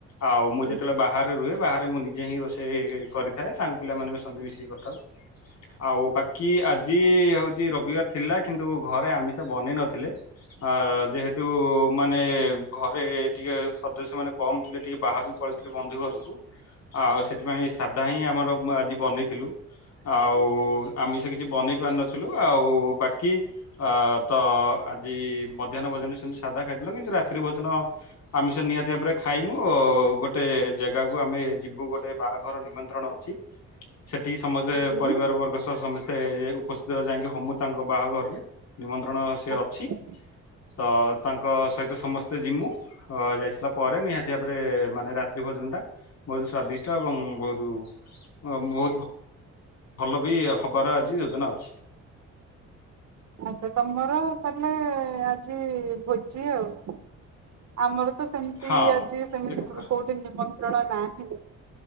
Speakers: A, on the left; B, on the right.
A: ଆଉ ମୁଁ
B: ହୁଁ
A: ଯେତବେଳେ ବାହାରେ ରୁହେ ବାହାରେ ମୁଁ ନିଜେ ହିଁ ରୋଷେଇ କରିି ଥାଏ ସାଙ୍ଗ ପିଲାମାନେ ବି ମିଶିକି କରିଥାଉ ଆଉ ବାକି ଆଜି ହଉଚି ରବିବାର ଥିଲା କିନ୍ତୁ ଘରେ ଆମିଷ ବନେଇ ନଥିଲେ ଆ ଯେହେତୁ ମାନେ ଘରେ ଟିକେ ସଦସ୍ୟ ମାନେ କମ୍ ଥିଲେ ଟିକେ ବାହାରକୁ ପଳେଇଥିଲେ ବନ୍ଧୁ ଘରୁକୁ, ଆଉ ସେଥିପାଇଁ <unintelligible> ଆମର ଆଜି ବନେଇଥିଲୁ। ଆଉ ଆମିଷ କିଛି ବନେଇ ପାରିନଥିଲୁ ଆଉ ବାକି ଆ ତ ଆଜି ମଧ୍ୟାହ୍ନ ଭୋଜନରେ ସେମ୍ତି ସାଧା ଖାଇଥିଲୁ କିନ୍ତୁ ରାତ୍ରି ଭୋଜନ ଆମିଷ ନିହାତି ଭାବରେ <unintelligible> ଆ ଗୋଟେ ଜାଗାକୁ ଆମେ ଯିବୁ ଗୋଟେ ବାହାଘର ନିମ ନ୍ତ୍ରଣ ଅଛି ସେଠି ସମସ୍ତେ
B: ହୁଁ।
A: ପରିବାର ବର୍ଗ ସହ ସମ ସ୍ତେ ଉପସ୍ଥିତ ଯାଇଁକି <unintelligible> ତାଙ୍କ ବାହାଘରରେ ନିମନ୍ତ୍ରଣ ସେ
B: ଆଚ୍ଛା
A: ଅଛି। ତ ତାଙ୍କ ସହିତ ସମସ୍ତେ <unintelligible> ହଅ ଯାଇସାରିଲା ପରେ ନିହାତି ଭାବରେ ମାନେ ରାତ୍ରି ଭୋଜନ ଟା ବହୁତୁ ସ୍ଵାଦିଷ୍ଟ ଏବଂ ବହୁତୁ ଅ ବହୁତୁ ଭଲ ବି ହବାର ଆଜି ଯୋଜନା ଅଛି।
B: ଏବେ ତମର <unintelligible> ଆଜି ଭୋଜି ଆଉ। ଆମର ତ ସେମ୍ତି
A: ହଁ
B: ଆଜି ସେମିତି
A: ଏକ
B: <unintelligible>
A: ପ୍ରକାର
B: କି ନିମନ୍ତ୍ରଣ ନାହିଁ